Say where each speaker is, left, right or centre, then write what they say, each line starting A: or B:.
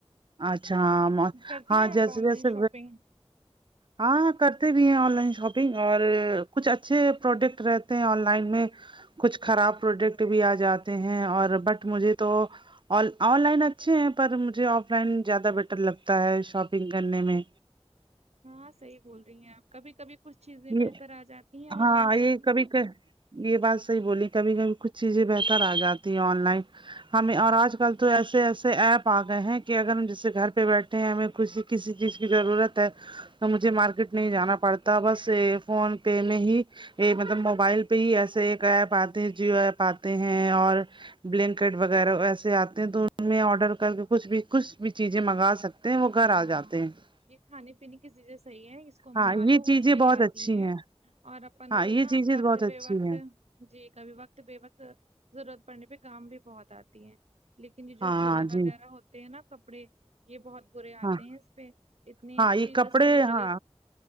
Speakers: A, on the right; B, on the right.
A: اچھا ہاں
B: کرتی
A: ہاں
B: ہیں آپ
A: جیسے
B: آن
A: ویسے
B: لائن شاپنگ
A: ہاں کرتے بھی ہیں آن لائن شاپنگ اور کچھ اچھے پروڈکٹ رہتے ہیں آن لائن میں کچھ خراب پروڈکٹ بھی آ جاتے ہیں اور بٹ مجھے تو آن لائن اچھے ہیں پر مجھے آف لائن زیادہ بیٹر لگتا ہے شاپنگ کرنے میں
B: ہاں صحیح بول رہی ہیں آپ کبھی کبھی کچھ چیزیں
A: یہ
B: بہتر آ جاتی ہیں
A: ہاں
B: آن لائن
A: یہ
B: شاپنگ
A: کبھی
B: پہ
A: کہ یہ بات صحیح بولی کبھی کبھی کچھ چیزیں بہتر آ جاتی ہیں آن لائن ہمیں اور آج کل تو ایسے ایسے ایپ آ گئے ہیں کہ اگر ہم جسے گھر پہ بیٹھے ہمیں کھ کسی چیز کی ضرورت ہے تو مجھے مارکیٹ نہیں جانا پڑتا بس سے فون پے میں ہی یہ مطلب موبائل پہ ہی ایسے ایک ایپ آتے جیو ایپ آتے ہیں اور بلینکٹ وغیرہ ویسے آتے ہیں تو آڈر کر کے کچھ بھی کچھ بھی چیزیں منگا سکتے ہیں وہ گھر
B: ہاں
A: آ جاتے ہیں
B: یہ کھانے پینے کی چیزیں صحیح ہے اس کو
A: ہاں
B: منگا
A: یہ
B: لو
A: چیزیں
B: وہ صحیح
A: بہت
B: آتی
A: اچھی
B: ہیں اور اپن
A: ہاں
B: کو
A: یہ
B: نا
A: چیزیں
B: وقت
A: بہت اچھی
B: بے وقت
A: ہیں
B: جی کبھی وقت بے وقت ضرورت پڑنے پہ کام بھی بہت آتی ہیں لیکن یہ جو
A: ہاں
B: جوڑے وغیرہ
A: جی
B: ہوتے ہیں نا کپڑے یہ بہت برے
A: ہاں
B: آتے ہیں اس پہ اتنی
A: ہاں
B: اچھی
A: یہ کپڑے
B: تصویر ڈلی
A: ہاں